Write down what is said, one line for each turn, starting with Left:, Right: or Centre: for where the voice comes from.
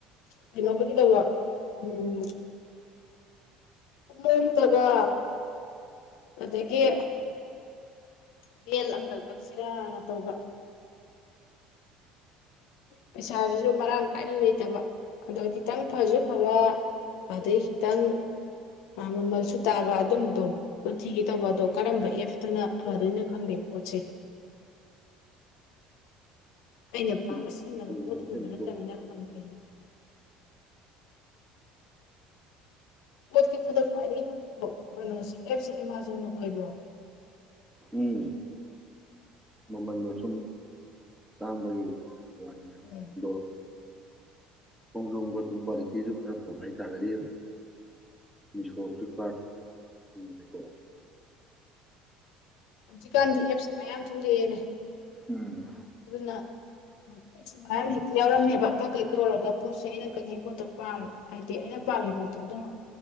Left: ꯀꯩꯅꯣꯧꯕꯒꯤꯗꯧꯕ ꯎꯝ ꯀꯣꯝꯇꯒ ꯑꯗꯒꯤ ꯕꯦꯜ ꯑꯝꯇ ꯀꯛꯁꯤꯔꯥꯅ ꯇꯧꯕ ꯄꯩꯁꯥꯁꯤꯁꯨ ꯃꯔꯥꯡ ꯀꯥꯏꯅ ꯂꯩꯇꯕ ꯑꯗꯣ ꯈꯤꯇꯪ ꯐꯁꯨ ꯐꯕ ꯑꯗꯩ ꯈꯤꯇꯪ ꯃꯃꯜꯁꯨ ꯇꯥꯕ ꯑꯗꯨꯝꯕꯗꯣ ꯑꯗꯨ ꯊꯤꯒꯦ ꯇꯧꯕ ꯑꯗꯣ ꯀꯔꯝꯕ ꯑꯦꯐꯇꯅ ꯐꯗꯣꯏꯅꯣ ꯈꯪꯗꯦ ꯄꯣꯠꯁꯦ ꯑꯩꯅ
Centre: ꯐ꯭ꯂꯤꯞꯀꯥꯔꯠ
Left: ꯄꯥꯛꯅ ꯁꯤꯖꯤꯟꯅꯕ
Centre: ꯃꯤꯁꯣꯒꯨꯝꯕ
Left: ꯄꯣꯠ
Centre: ꯀꯩꯅꯣ
Left: ꯎꯕ ꯅꯠꯇꯅꯤꯅ ꯈꯪꯗ꯭ꯔꯦꯅꯦ ꯄꯣꯠ ꯀꯤꯛꯄꯗ ꯈ꯭ꯋꯥꯏꯗꯒꯤ ꯐꯕ ꯄꯣ ꯀꯩꯅꯣꯁꯤ ꯑꯦꯞꯁꯤ ꯑꯦꯃꯥꯖꯣꯟꯅ ꯑꯣꯏꯕ꯭ꯔꯣ
Centre: ꯎꯝ ꯃꯃꯟꯗꯣ ꯁꯨꯝ ꯇꯥꯡꯝꯕꯒꯤ ꯋꯥꯅꯦꯅ
Left: ꯎꯝ
Centre: ꯑꯗꯣ ꯀꯣꯡꯖꯣꯣꯡꯕꯔ ꯇꯨ ꯀꯔ ꯁꯤꯁꯨ ꯈꯔ ꯐꯕ ꯍꯥꯏꯇꯥꯔꯒꯗꯤ ꯃꯤꯁꯣ ꯐ꯭ꯂꯤꯞꯀꯥꯔꯠ ꯁꯤꯒꯨꯝꯕꯗꯀꯣ
Left: ꯍꯧꯖꯤꯛꯀꯥꯟꯗꯤ ꯑꯦꯞꯁꯦ ꯃꯌꯥꯝ ꯊꯣꯛꯂꯛꯑꯦꯅꯦ
Centre: ꯎꯝ
Left: ꯑꯗꯨꯅ <unintelligible> ꯃꯌꯥꯝ ꯍꯦꯛꯇ ꯌꯥꯎꯔꯝꯃꯦꯕ ꯀꯛ ꯀꯩ ꯀꯧꯔꯒ ꯄꯣꯠꯁꯦ ꯑꯩꯅ ꯀꯩꯒꯤ ꯄꯣꯠꯇꯣ ꯄꯥꯝ ꯍꯥꯏꯗꯤ ꯑꯩꯅ ꯄꯥꯝꯃꯤ ꯄꯣꯠꯇꯣ ꯑꯗꯨꯃꯛ